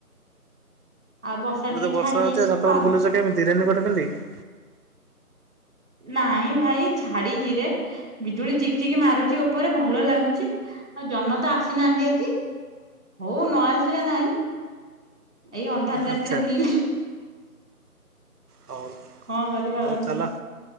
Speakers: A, on the right; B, on the right.
A: ଆଉ ବର୍ଷା
B: ପୁଣି
A: ଟିକେ
B: ତ ବର୍ଷା
A: ଛାଡି ଯାଇଛି
B: ହେଉଛି, ଛାତ ଉପରେ
A: ପା
B: ବୁଲୁଛ କେମିତି? ରେନୀ କୋଟ୍ ପିନ୍ଧିକି?
A: ନାଇଁ ଭାଇ ଛାଡିଛିରେ ବିଜୁଳି ଚିକ୍ ଚିକ୍ ମାରୁଚି ଉପରେ, ଭଲ ଲାଗୁଛି। ଆଉ ଯହ୍ନ ତ ଆସିନାହାନ୍ତି ଆଜି। ହଉ ନ ଆସିଲେ ନାଇଁ। ଏଇ ଅନ୍ଧାର
B: ଆଚ୍ଛା
A: ରାତିରେ ବୁଲି
B: ହଉ।
A: କଣ କରିବା
B: ହଉ
A: ଭାଇ
B: ଚାଲ।